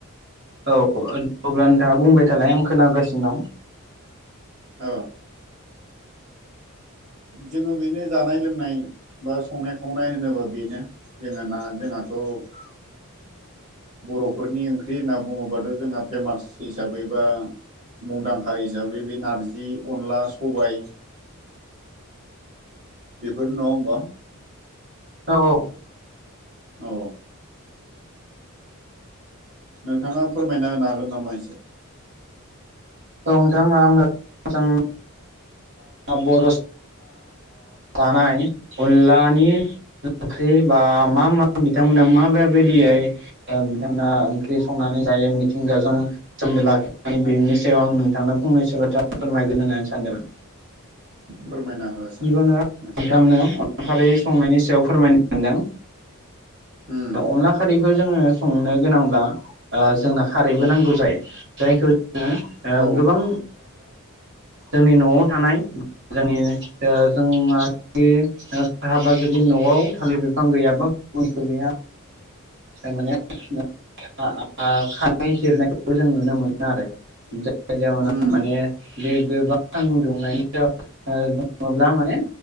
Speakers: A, on the right (about 55°); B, on the right (about 35°).
A: औ अब्ला नोंथाङा बुंबाय थालाय आं खोनागासिनो दं।
B: औ। जोङो बेनो जानाय लोंनाय बा संनाय खावनाय होनोब्ला बेनो जोङो ना जोंहा आ'
A: <unintelligible>
B: बर'फोरनि ओंख्रि होनना बुङोबाथ' जोंहा फेमास हिसाबै बा मुंदांखा हिसाबै बे नारजि अनला सबाय बेफोर नङा होमबा
A: औ औ
B: औ नोंथाङा फोरमायना होनो हागोन नामा एसे
A: औ नोंथाङाआं मोजां बर' थानाय अनलानि ओंख्रि बा मा मा बिथांमोना मा माबायदियै बिथांमोना ओंख्रि संनानै जायो? मिथिंगाजों सोमोन्दो लाखिनानै बेनो व आं नोंथांनो फंनैसो बाथ्रा फोरमायगोन होननानै सानदोंमोन।
B: फोरमायना हो सार
A: यावनो नोंथांनो
B: नोंथां
A: संनायनि सायाव फोरमायनो मोनदों
B: उम
A: अनला खारैखौ जोङो संनो गोनांब्ला जोंनो खारैबो नांगौ जायो जायखौ जोङो
B: औ
A: गोबां जोंनि न'आव थानाय जोंनि जोंहा ए हाबा जुदि न'आव थालिर बिफां गैयाबा बिय माने खानाय जिरनायखौबो जों नुनो मोनो आरो जउोनाव
B: उम
A: माने बे गोबां मुं दुंनायनि जाउ दङोब्ला माने